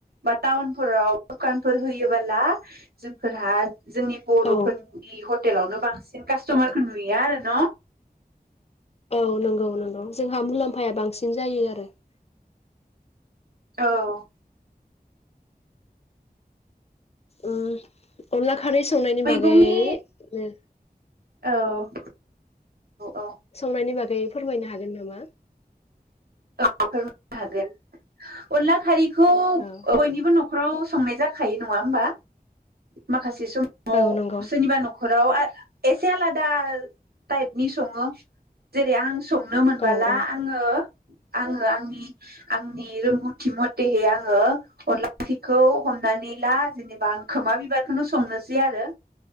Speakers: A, on the right (about 75°); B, on the left (about 40°).
A: बा टाउनफोराव दुखानफोर होयोब्ला जोंफोरहा जोंनि बर'फोरनि
B: औ
A: हटेलावनो बांसिन कास्टमारखौ नुया आरो न
B: औ नंगौ नंगौ जोंहा मुलाम्फाया बांसिन जायो आरो <unintelligible>
A: औ
B: उम अनला खारै संनायनि
A: मैगंनि
B: बागै उम
A: औ औ
B: संनायनि बागै बे फोरमायनो हागोन नामा?
A: <unintelligible> फोरमायनो हागोन अनला खारि खौ
B: औ
A: बयनिबो न नखराव संनाय जाखायो नङा होमबा माखासे, से समाव
B: औ नंगौ
A: सोरनिबा नखराव एसे आलादा थाइपनि सङो जेरै आं सं नुनो मोनबाला
B: औ औ
A: आङो आङो आंनि आंनि रोंगौथि मथेहै आङो अनला ओंख्रिखौ हमनानै ला जेनेबा आं खोमा बिबारखौनो संनोसै आरो